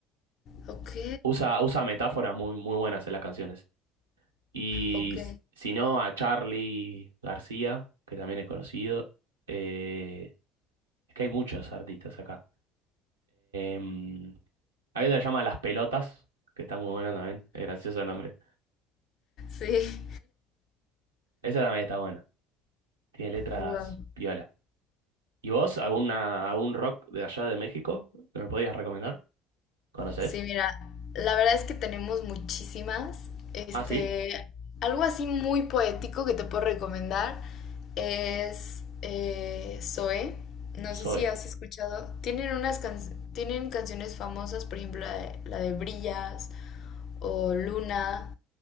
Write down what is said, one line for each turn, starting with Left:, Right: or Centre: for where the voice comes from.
Left: Ok,
Right: Usa, usa metáforas muy, muy buenas en las canciones. Y
Left: ok,
Right: s- si no, a Charlie García, que también es conocido, eh, es que hay muchos artistas acá. Em, hay otra que se llama Las Pelotas, que está muy buena también, es gracioso el nombre.
Left: sí,
Right: Esa también está buena, tiene letras
Left: wow.
Right: piola. ¿Y vos, alguna, algún rock de allá de México que me podías recomendar? ¿Conoces?
Left: Sí, mira, la verdad es que tenemos muchísimas. Este,
Right: Ah, sí,
Left: algo así muy poético que te puedo recomendar es eh, Zoé. No
Right: Zoe.
Left: sé si has escuchado. Tienen unas can- tienen canciones famosas, por ejemplo, la de, la de Brillas o Luna.